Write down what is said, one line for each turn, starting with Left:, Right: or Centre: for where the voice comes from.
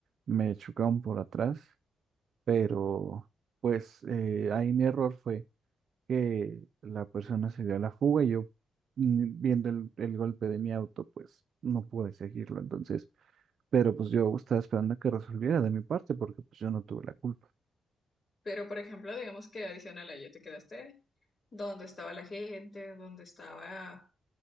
Right: me chocaron por atrás, pero pues eh, ahí mi error fue que la persona se dio a la fuga y yo mm, viendo el, el golpe de mi auto, pues no pude seguirlo. Entonces, pero pues yo estaba esperando que resolviera de mi parte porque pues yo no tuve la culpa.
Left: Pero, por ejemplo, digamos que adicional a ello te quedaste dónde estaba la gente, dónde estaba,